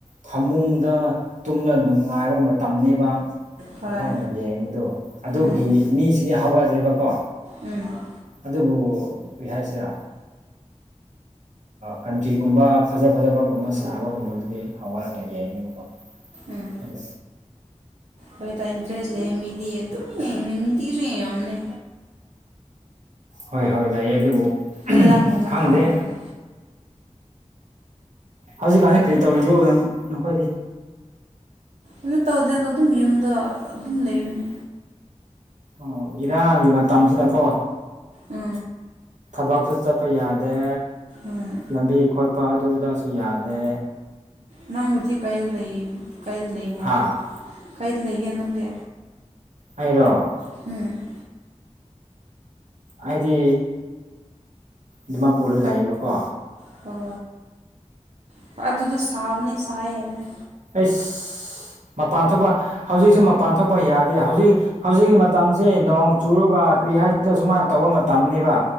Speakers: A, on the right; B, on the right.
A: ꯐꯃꯨꯡꯗ ꯇꯨꯝꯂ ꯅꯨꯡꯉꯥꯏꯕ ꯃꯇꯝꯅꯤꯕ
B: ꯍꯣꯏ
A: ꯃꯈꯣꯏꯅ ꯌꯦꯡꯕꯗꯨ ꯑꯗꯨꯒꯤ
B: ꯎꯝ
A: ꯃꯤꯁꯤꯗꯤ ꯍꯧꯒꯠꯂꯦꯕꯀꯣ
B: ꯎꯝ
A: ꯑꯗꯨꯕꯨ ꯀꯩ ꯍꯥꯏꯁꯤꯔꯥ ꯀꯟꯇ꯭ꯔꯤꯒꯨꯝꯕ ꯐꯖ ꯐꯖꯕꯒꯨꯝꯕ ꯁꯥꯕꯒꯨꯝꯕꯗꯨꯗꯤ ꯍꯧꯒꯠꯂꯥꯒ ꯌꯦꯡꯅꯦꯕꯀꯣ
B: ꯎꯝ
A: ꯑꯗꯨ
B: ꯍꯣꯏꯗ ꯏꯟꯇꯔꯦꯁ ꯂꯩ ꯃꯤꯗꯤ ꯑꯗꯨꯝ ꯌꯦꯡꯉꯅꯤ ꯅꯨꯡꯇꯤꯁꯨ ꯌꯦꯡꯉꯝꯅꯦ
A: ꯍꯣꯏ ꯍꯣꯏ ꯂꯩꯑꯦ ꯑꯗꯨꯕꯨ
B: ꯑꯦꯂꯔꯒꯨꯝꯕ
A: ꯈꯪꯗꯦ
B: ꯊꯥꯔꯔꯒꯦ
A: ꯍꯧꯖꯤꯛꯀꯥꯟꯁꯤ ꯀꯔꯤ ꯇꯧꯔꯤꯕ꯭ꯔꯣ ꯅꯪ ꯅꯈꯣꯏꯗꯤ
B: ꯑꯗꯨ ꯇꯧꯗꯦꯗ ꯑꯗꯨꯝ ꯌꯨꯝꯗ ꯑꯗꯨꯝ ꯂꯩꯕꯅꯤ
A: ꯑꯣ ꯏꯔꯥꯡꯒꯤ ꯃꯇꯝꯁꯤꯅꯀꯣ
B: ꯑ
A: ꯊꯕꯛꯁꯨ ꯆꯠꯄ ꯌꯥꯗꯦ
B: ꯎꯝ
A: ꯂꯝꯕꯤ ꯈꯣꯠꯄ ꯑꯗꯨ ꯑꯗꯥꯁꯨ ꯌꯥꯗꯦ
B: ꯅꯪ ꯍꯨꯖꯤꯛ ꯀꯩꯗ ꯂꯩ ꯀꯩꯗ ꯂꯩꯒꯦ
A: ꯍꯥ
B: ꯀꯩꯗ ꯂꯩꯒꯦ ꯅꯪꯗꯤ
A: ꯑꯩꯔꯣ
B: <unintelligible>
A: ꯑꯩꯗꯤ ꯗꯤꯃꯥꯄꯨꯔꯗ ꯂꯩꯕꯀꯣ
B: ꯑꯣ <unintelligible> ꯑꯗꯨꯗꯣ ꯁꯥꯕꯅꯦ ꯁꯥꯏ ꯍꯥꯏꯕꯅꯦ
A: ꯑꯩꯁ ꯃꯄꯥꯟ ꯊꯣꯛꯄ ꯍꯧꯖꯤꯛꯁꯨ ꯃꯄꯥꯟ ꯊꯣꯛꯄ ꯌꯥꯗꯦ ꯍꯧꯖꯤꯛ ꯍꯧꯖꯤꯛꯀꯤ ꯃꯇꯝꯁꯦ ꯅꯣꯡ ꯆꯨꯔꯒ ꯀꯔꯤ ꯍꯥꯏꯁꯤꯔ ꯁꯨꯃꯥꯏꯟ ꯇꯧꯕ ꯃꯇꯝꯅꯤꯕ